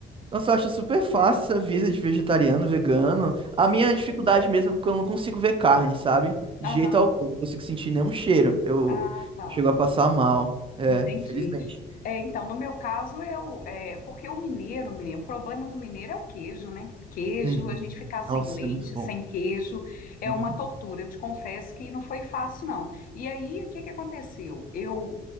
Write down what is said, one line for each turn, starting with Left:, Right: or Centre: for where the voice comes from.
Right: Nossa, eu acho super fácil essa vida de vegetariano, vegano. A
Left: Sim.
Right: minha dificuldade mesmo é porque eu não consigo ver carne, sabe? De
Left: Aham.
Right: jeito algum, não consigo sentir nenhum cheiro. Eu,
Left: Ah, tá.
Right: eu chego a passar mal. É,
Left: Entendi.
Right: infelizmente.
Left: É, então, no meu caso, eu, é, porque o mineiro, menino, o problema do mineiro é o queijo, né? Queijo,
Right: Uhum.
Left: a gente ficar sem
Right: Nossa,
Left: leite,
Right: é muito bom.
Left: sem queijo, é
Right: Uhum,
Left: uma tortura. Eu te confesso que não foi fácil, não. E aí, o que que aconteceu? Eu